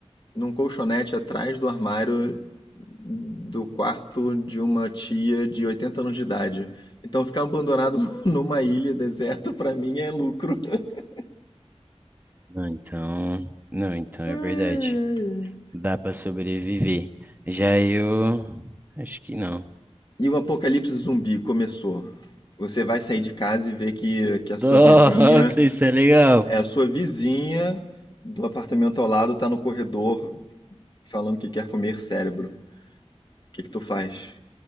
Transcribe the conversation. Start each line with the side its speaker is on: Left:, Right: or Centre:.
Left: num colchonete atrás do armário do quarto de uma tia de 80 anos de idade. Então ficar abandonado <laughs> numa ilha deserta pra mim é lucro. <laughs>
Right: Não, então, não, então é
Left: Ai, ai.
Right: verdade. Dá pra sobreviver. Já eu acho que não.
Left: E o apocalipse zumbi começou. Você vai sair de casa e ver que, que a sua
Right: Nossa,
Left: vizinha
Right: isso é legal.
Left: é a sua vizinha do apartamento ao lado tá no corredor falando que quer comer cérebro. O que que tu faz?